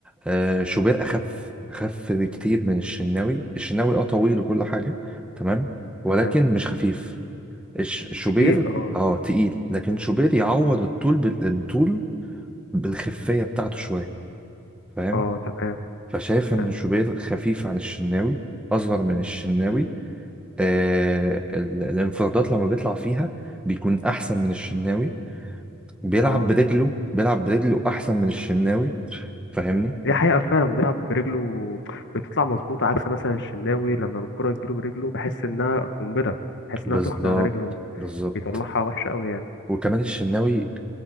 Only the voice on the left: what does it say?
تمام
تقيل اه
اه تمام
تمام
اه
دي حقيقة فعلا بيلعب برجله بتطلع مظبوطة عكس مثلا الشناوي لما الكرة تجيله برجله بحس إنها قنبلة بحس
إنها سخنة على رجله
بيطلعها وحشة أوي يعني